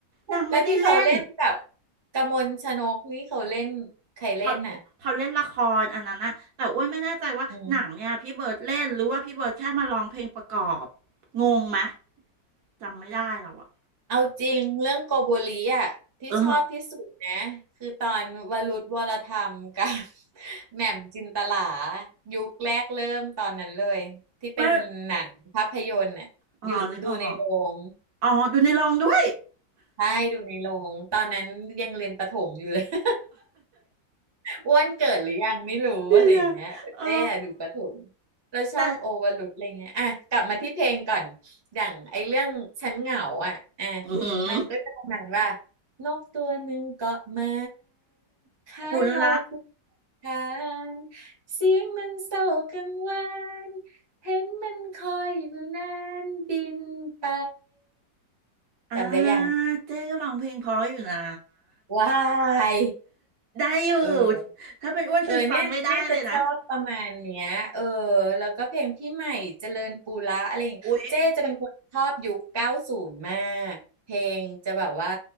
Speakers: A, on the right; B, on the right.
A: นางไม่ได้เล่น
B: แล้วที่เขาเล่นกับกมลชนกนี่เขาเล่นใครเล่นน่ะ
A: เขาเขาเล่นละครอันนั้นนะแต่อ้วนไม่แน่ใจว่าหนังเนี่ยพี่เบิร์ดเล่นหรือว่าพี่เบิร์ดแค่มาร้องเพลงประกอบ
B: อืม
A: งงไหมจำไม่ได้แล้วอะ
B: เอาจริงเรื่องโกโบริอ่ะที่ชอบที่สุดนะคือตอนวรุธวรธรรมกับ
A: เออ
B: <laughs> แหม่มจินตลายุคแรกเริ่มตอนนั้นเลยที่เป็นหนังภาพยนตร์น่ะอยู่ดูในโรง
A: ไม่อ๋อนึกออกอ๋อดูในโรงด้วย
B: ใช่ดูในโรงตอนนั้นยังเรียนประถมอยู่เลย <laughs> อ้วนเกิดหรือยังไม่รู้อะไรอย่างเงี้ยแต่เต้อะดูประถม
A: <laughs> เดี๋ยวๆเออ
B: แล้วชอบโอวรุตอะไรเงี้ยอ่ะกลับมาที่เพลงก่อน
A: แต่
B: อย่างไอ้เรื่องฉันเหงาอ่ะอ่ะ
A: อือหือ
B: มันก็จะประมาณว่านกตัวหนึ่งเกาะไม้คล้ายโลคุ
A: คุณละ
B: ทานเสียงมันเศร้ากังวานเห็นมันคอยอยู่นานบินไป
A: อ่า
B: จำได้ยัง
A: เจ๊ก็ร้องเพลงเพราะอยู่นะ
B: ว้าย
A: ได้อยู่
B: เออ
A: ถ้าเป็นอ้วนคือฟังไม่ได้เลยนะ
B: เออเนี่ยเนี่ยจะชอบประมาณเนี้ยเออแล้วก็เพลงพี่ใหม่เจริญปุระอะไรอย่างเงี้ยเจ๊จะเป็นคนชอบยุคเก้าศูนย์มากเพลงจะแบบว่า
A: อุ๊ย